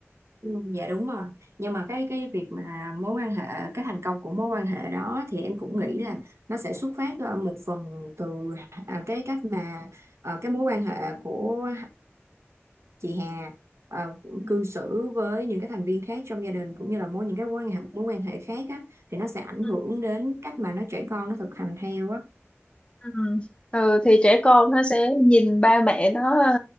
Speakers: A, on the right; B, on the left.
A: Ừ, Dạ đúng rồi. Nhưng mà cái cái việc mà mối quan hệ cái thành công của mối quan hệ đó thì em cũng nghĩ là nó sẽ xuất phát ờ, một phần từ à, cái cách mà ờ, cái mối quan hệ của chị Hà ờ,
B: Ừ.
A: cư xử với những cái thành viên khác trong gia đình cũng như là mối những cái mối quan hệ mối quan hệ khác á thì nó sẽ ảnh
B: Ừ,
A: hưởng đến cách mà nó trẻ con nó thực hành theo á
B: ừ. Ừ, thì trẻ con nó sẽ nhìn ba mẹ nó ờ,